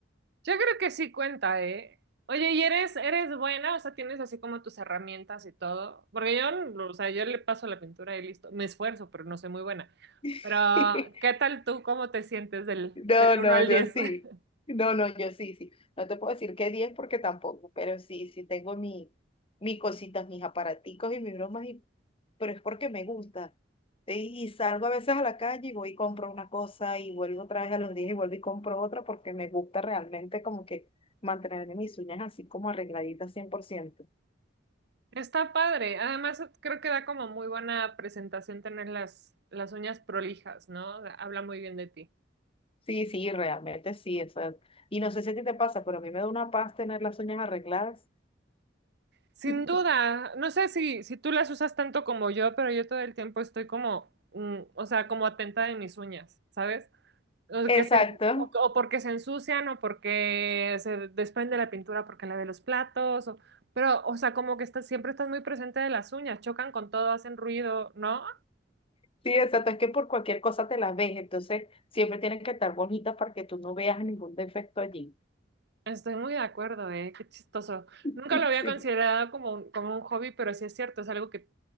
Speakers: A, on the right; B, on the left.
A: Yo creo que sí cuenta, ¿eh? Oye, ¿y eres, eres buena? O sea, tienes así como tus herramientas y todo. Porque yo, no- o sea, yo le paso la pintura y listo. Me esfuerzo, pero no soy muy buena.
B: <laughs>
A: Pero, ¿qué tal tú? ¿Cómo te sientes del,
B: No,
A: del
B: no,
A: uno al
B: yo
A: diez? <laughs>
B: sí. No, no, yo sí, sí. No te puedo decir que 10 porque tampoco, pero sí, sí tengo mi, mis cositas, mis aparaticos y mis bromas, y, pero es porque me gusta. Y, y salgo a veces a la calle y voy y compro una cosa y vuelvo otra vez a los días y vuelvo y compro otra porque me gusta realmente como que mantener mis uñas así como arregladitas cien por ciento
A: Está padre. Además, creo que da como muy buena presentación tener las, las uñas prolijas, ¿no? Habla muy bien de ti.
B: Sí, sí, realmente sí. eso es. y no sé si a ti te pasa, pero a mí me da una paz tener las uñas arregladas.
A: Sin
B: <laughs>
A: duda, no sé si, si tú las usas tanto como yo, pero yo todo el tiempo estoy como, mm, o sea, como atenta de mis uñas, ¿sabes? O, que
B: Exacto.
A: se, o, o porque se ensucian, o porque se desprende la pintura porque la de los platos, o- pero, o sea, como que estás, siempre estás muy presente de las uñas, chocan con todo, hacen ruido, ¿no?
B: Sí, exacto, es que por cualquier cosa te las ves, entonces siempre tienen que estar bonitas para que tú no veas ningún defecto allí.
A: Estoy muy de acuerdo, ¿eh? Qué chistoso.
B: <laughs>
A: Nunca lo había considerado como un, como un hobby, pero sí es cierto, es algo que,